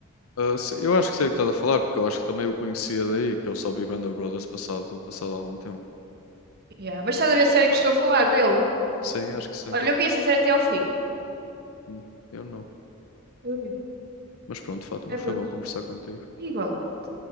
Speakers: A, on the left (about 80°); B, on the right (about 50°).
A: Ah, se- eu acho que sei o que estás a falar, porque eu acho que também o conhecia daí, que eu só vi Band of Brothers passado, passado algum tempo.
B: Yeah, Mas estás a ver a série que eu estou a falar dele?
A: Sim, acho que sim.
B: Olha, eu vi essa série até ao fim.
A: Hum, Eu não.
B: Eu vi.
A: Mas pronto, Fátima,
B: É
A: foi
B: pronto.
A: bom conversar contigo.
B: Igualmente.